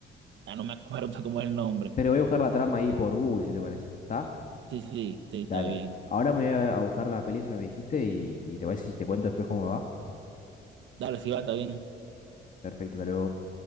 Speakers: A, on the right; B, on the left.
A: ya no me acuerdo <laughs> cómo es el nombre.
B: Pero voy a buscar la trama ahí por Google, si te parece. ¿Está?
A: Sí, sí, sí, está
B: Dale.
A: bien.
B: Ahora me voy a a buscar la peli esa que me dijiste y, y te voy a decir, te cuento después cómo me va.
A: Dale, sí va, está bien.
B: Perfecto, hasta luego.